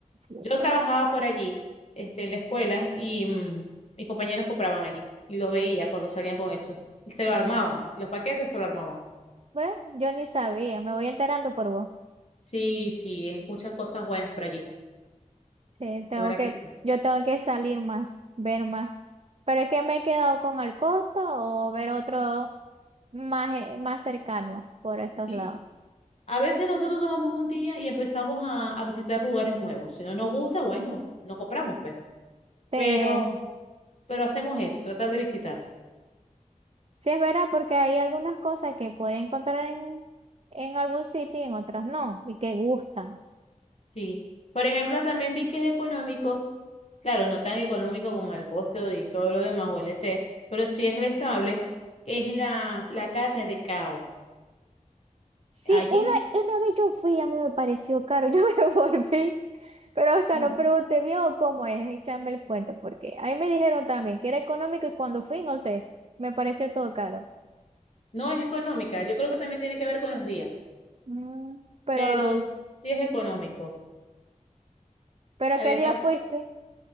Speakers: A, on the right; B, on the left.
A: Sí.
B: Yo trabajaba por allí, este, en la escuela, y mm, mis compañeros compraban allí. Y lo veía cuando salían con eso. Y se lo armaban. Los paquetes se lo armaban.
A: Bueno, yo ni sabía, me voy enterando por vos.
B: Sí, sí, hay muchas cosas buenas por allí.
A: Sí, tengo
B: De verdad
A: que,
B: que sí.
A: yo tengo que salir más, ver más. Pero es que me he quedado con el costo o ver otro más, eh, más cercano por estos
B: Sí.
A: lados.
B: A veces nosotros tomamos un día y empezamos a, a visitar lugares nuevos. Si no nos gusta, bueno, no compramos, pues.
A: Sí,
B: Pero, pero hacemos eso, tratar de visitar.
A: sí es verdad porque hay algunas cosas que puede encontrar en, en algún sitio y en otras no, y que gustan.
B: Sí. Por ejemplo, también vi que es económico, claro, no tan económico como el costo y todo lo demás o el ET, pero sí es rentable, es la, la carne de cao.
A: Sí,
B: Allí
A: una, una vez yo fui, a mí me pareció caro, <laughs> yo me volví. Pero, o sea,
B: no,
A: no pregunté bien o cómo es, échame el cuento, porque ahí me dijeron también que era económico y cuando fui, no sé, me pareció todo caro.
B: no es económica, yo creo que también tiene que ver con los días,
A: Mm, pero,
B: pero sí es económico.
A: pero
B: Además,
A: ¿qué día fuiste?